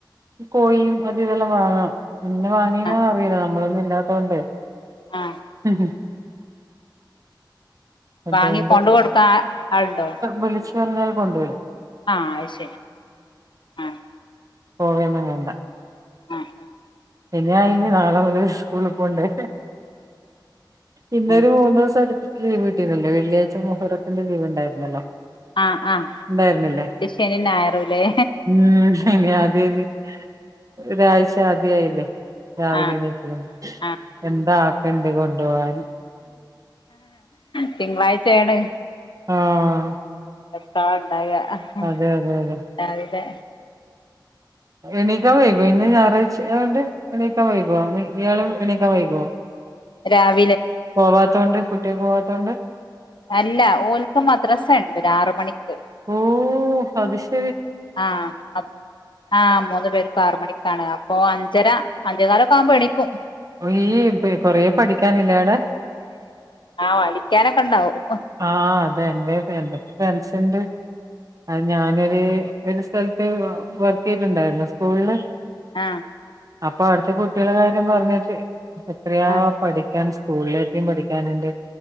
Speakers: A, on the right; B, on the left.
A: കോഴിയും അതി ഇതെല്ലാം വാങ്ങാം ഇന്ന് വാങ്ങീന
B: ആഹ്
A: അറിയില്ല നമ്മളൊന്നും ഇല്ലാത്തോണ്ട്
B: ആഹ്
A: ഹ്ഹ് അതോണ്ട്
B: വാങ്ങി കൊണ്ട് കൊടുക്കാൻ ആളുണ്ടോ
A: വിളിച്ചു പറഞ്ഞാൽ കൊണ്ട് വരും
B: ആഹ് അത് ശരി ആഹ്
A: പോവന്നും വേണ്ട
B: ആഹ്
A: ഇനായിന് നാളെ മുതൽ സ്കൂള് പോണ്ടേ ഇന്നൊരു
B: ആഹ്
A: മൂന്ന് ദിവസം അടുപ്പിച്ച് ലീവ് കിട്ടിനല്ലോ വെള്ളിയാഴ്ച മുഹറ ത്തിന്റെ ലീവ് ഉണ്ടായിരുന്നല്ലോ
B: ആഹ് ആഹ്
A: ഉണ്ടായിരുന്നില്ലേ
B: ശനി ഞായറുല്ലേ
A: ഉം ശെരിയാ അത് <unintelligible> ഒരാഴ്ച ആദ്യ ആയില്ലേ രാവിലെ
B: ആഹ്
A: എണീക്കലും
B: ആഹ്
A: എന്താക്കണ്ട് കൊണ്ടു പോവാൻ
B: തിങ്കളാഴ്ചയാണ്
A: ആഹ്
B: എത്താ ണ്ടായ ആഹ്
A: അതെ അതെ അതെ
B: രാവിലെ
A: എണീക്കാവൈകോ ഇന്ന് ഞായറാഴ്ചആയോണ്ട് എണീക്ക വൈകോ ഇയാളും എണീക്ക വൈകോ
B: രാവി -
A: പോവാത്തോണ്ട് കുട്ടികക്ക് പോവാത്തോണ്ട്
B: അല്ല ഓൽക്ക് മദ്രസണ്ട് ആറ് മണിക്ക്
A: ഓ അത് ശെ
B: ആഹ് ആഹ് മൂന്ന് പേര് ക്കും ആറ് മണിക്കാണ് അപ്പൊ അഞ്ചര അഞ്ചേ കാലൊക്കെ ആകുമ്പോ എണീക്കും
A: ഈ കൊറേ പഠിക്കാനില്ലേ അവ ടെ
B: ആഹ് അടിക്കാനൊക്കെ ഉണ്ടാവും
A: ആഹ് അതെ എന്റെ എന്തൊക്കെ ഫ്രൻസ് ഉണ്ട്. അത് ഞാനൊരു ഒരു സ്ഥലത്ത് വർക്ക് ചെയ്ന്നുണ്ടായിരുന്നു സ്കൂളില്.
B: ആഹ്
A: അപ്പൊ അവിടുത്തെ കുട്ടികള കാര്യം പറഞ്ഞിട്ട് എത്രയാ
B: ആഹ്
A: പഠിക്കാൻ. സ്കൂളിലെയും പഠിക്കാനുണ്ട്